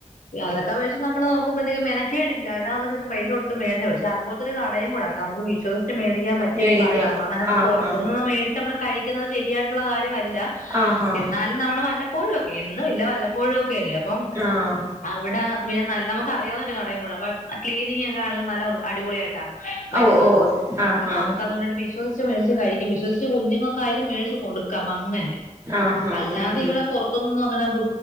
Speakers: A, on the left; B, on the right.
A: അതൊക്കെ വെച്ച് നമ്മ നോക്ക്പോഴത്തേക്ക് മെനക്കേടില്ല ഇതാവുമ്പോ പൈസ കൊടുത്ത് മേട പക്ഷെ അതു പോലത്തെ കടയും കൂടാ നമ്മുക്ക് വിശ്വസിച്ച് മേടിക്കാ പറ്റിയൊ
B: മേടിക്കാം
A: കട നമ്മൾ
B: ആഹ്
A: പുറത്തുനിന്ന് മേടിച്ച് നമ്മൾ കഴിക്കുന്നത് ശ ശരിയായിട്ടുള്ള കാര്യല്ല
B: ആഹ് ആഹ്
A: എന്നാലും നമ്മ വല്ലപ്പോഴും എപ്പോഴും ഒക്കെല്ലേ അപ്പം
B: ആഹ്
A: അവിടെ പിന്നെ നല്ല നമുക്ക് അറിയാവുന്നൊ ഒരു കടയും കൂട അപ്പൊ ക്ലീനിങ്ങ് ഒക്കെ ആണല്ല നല്ല അടിപൊളിയായിട്ടാ വരുന്നത്
B: ഓ ഓ ആഹ്
A: നമ്മുക്ക്
B: ആഹ്
A: അതുകൊണ്ടട്ട് വിശ്വസ് മേഴച്ച് കഴിക്കും വിശ്വസിച്ച് കുഞ്ഞുങ്ങൾക്കായാലും മേഴിച്ച് കൊടുക്കാം അങ്ങനെ
B: ആഹ് ആഹ്
A: അല്ലാതെ
B: ഉം
A: ഇവിടെ
B: ഉം
A: പുറത്തുനൊന്നും അങ്ങനെ ഫു